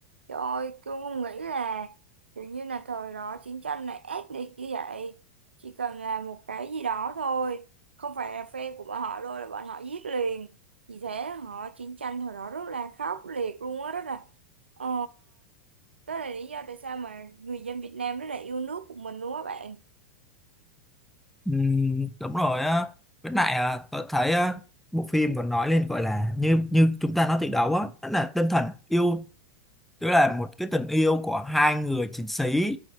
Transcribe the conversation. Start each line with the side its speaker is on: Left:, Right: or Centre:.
Right: trời ơi tôi không nghĩ là kiểu như là thời đó chiến tranh này ác liệt như vậy chỉ cần là một cái gì đó thôi không phải là phe của bọn họ đâu là bọn họ giết liền vì thế họ chiến tranh thời đó rất là khốc liệt luôn á rất là ờ đó là lý do tại sao mà người dân Việt Nam rất là yêu nước của mình luôn á bạn
Centre: Ừm, đúng rồi á với lại à, tôi thấy à, bộ phim còn nói lên gọi là như như chúng ta nói từ đầu á đó là tinh thần yêu tức là một cái tình yêu của hai người chiến sĩ